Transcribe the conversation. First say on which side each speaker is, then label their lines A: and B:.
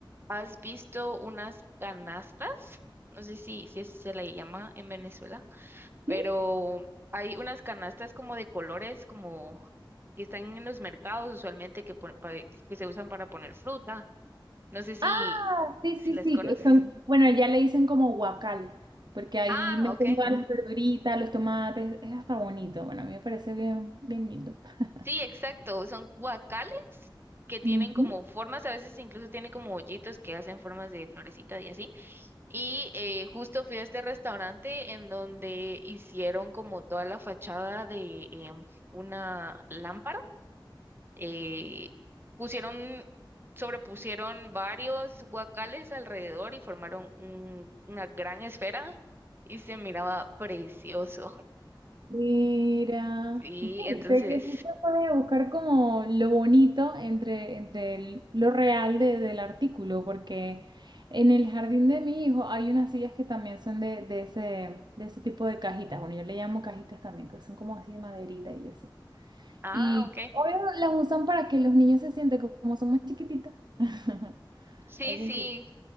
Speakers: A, on the right; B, on the right.
A: has visto unas canastas, no sé si, si eso se le llama en Venezuela, pero
B: ¿Sí?
A: hay unas canastas como de colores, como que están en los mercados usualmente que, pon- pa- que se usan para poner fruta. No sé si,
B: Ah, sí,
A: si
B: sí,
A: las
B: sí.
A: conoces.
B: que son- bueno, ya le dicen como guacal, porque ahí
A: Ah,
B: meten
A: ok.
B: todas las verduritas, los tomates, es hasta bonito. Bueno, a mí me parece bien, bien lindo. <laughs>
A: Sí, exacto. Son guacales que tienen
B: Ujú.
A: como formas, a veces incluso tienen como hoyitos que hacen formas de florecita y así. Y eh, justo fui a este restaurante en donde hicieron como toda la fachada de em, una lámpara. eh, pusieron, sobrepusieron varios guacales alrededor y formaron un- una gran esfera y se miraba precioso.
B: Mira,
A: Sí,
B: sí,
A: entonces,
B: sé que siempre puedes buscar como lo bonito entre, entre el- lo real de- del artículo, porque en el jardín de mi hijo hay unas sillas que también son de, de ese, de ese tipo de cajitas, bueno, yo le llamo cajitas también, que son como así de maderita y eso.
A: ah,
B: Y
A: ok.
B: obvio las usan para que los niños se sienten co- como son más chiquititas. <laughs>
A: Sí,
B: Es
A: sí,
B: bien cool.